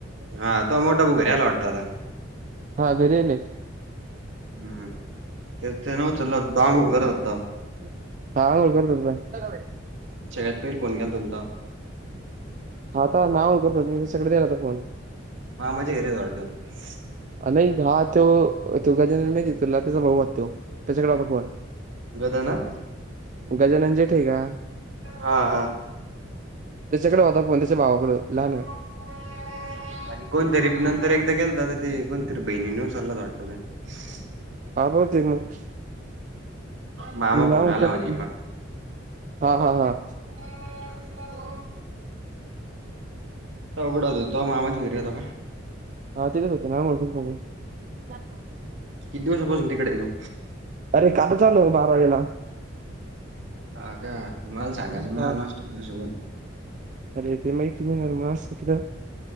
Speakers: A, on the right; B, on the right.
A: हा तो मोठा भाऊ घरी आला वाटतता आता.
B: हा घरी आले.
A: हम्म तर तेन उचलला होता तो आंघोळ करत होता.
B: हा आंघोळ करत होता बाई.
A: सगळ्यात पाहिले फोन केलता तुला.
B: आता नाव <unintelligible> आता फोन
A: मामाच्या घरी आहेत वाटत?
B: नाही हा त्यो तो गाजानन माहिते तुला त्याचा भाऊ होता त्यो त्याच्याकडे होता फोन.
A: गदा ना?
B: गजानन जे ठे का?
A: हा हा
B: त्याच्याकडे होता फोन त्याच्या भावाकडे लहान
A: हम् <inaudible> आणि कोणतरी नंतर एकदा केलता तर कोणतरी बहिणीने उचलला होता वाटत.
B: हा <unintelligible> मग
A: मामा
B: नाव
A: फोन आला
B: फक्त
A: म्हणे मग
B: हा हा हा
A: <unintelligible> <inaudible> अवघड आहे तो मामाच्या घरी राहतो काय?
B: हा तिथेच होते ना <unintelligible> ? <unintelligible>
A: किती दिवसा पासून तिकडे आहे तू?
B: अरे कालच आलो बारावीेला.
A: हा काय मला सांगायचं मी
B: हा
A: आलो असतो तुझ्या सोबत
B: अरे ते माहिती नाही मग <unintelligible>